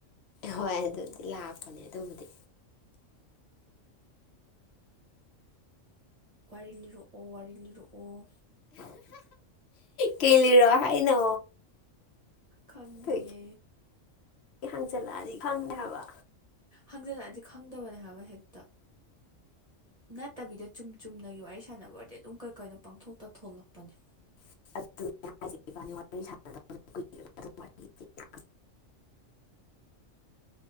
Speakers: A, on the left (about 60°); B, on the right (about 35°).
A: ꯍꯣꯏ ꯑꯗꯨꯗꯤ ꯂꯥꯛꯄꯅꯦ ꯑꯗꯨꯕꯨꯗꯤ
B: ꯋꯥꯔꯤ ꯂꯤꯔꯛꯑꯣ ꯋꯥꯔꯤ ꯂꯤꯔꯛꯑꯣ
A: ꯀꯩ ꯂꯤꯔꯛꯑꯣ ꯍꯥꯏꯅꯣ
B: ꯈꯪꯗꯤꯌꯦ
A: ꯀꯩꯒꯤ ꯍꯪꯖꯜꯂꯛꯑꯗꯤ ꯈꯪꯗꯦ ꯍꯥꯏꯕ
B: ꯍꯪꯖꯤꯜꯂꯛꯑꯗꯤ ꯈꯪꯗꯕꯅꯦ ꯍꯥꯏꯕ ꯍꯦꯛꯇ ꯅꯠꯇꯕꯤꯗ ꯆꯨꯝ ꯆꯨꯝꯅꯒꯤ ꯋꯥꯔꯤ ꯁꯥꯟꯅꯕ ꯑꯣꯏꯔꯗꯤ ꯑꯗꯨꯝ ꯀꯩ ꯀꯥꯏꯅꯣ ꯄꯡꯊꯣꯛꯇ ꯊꯣꯛꯂꯛꯄꯅꯦ
A: ꯑꯗꯨꯅꯦ <unintelligible>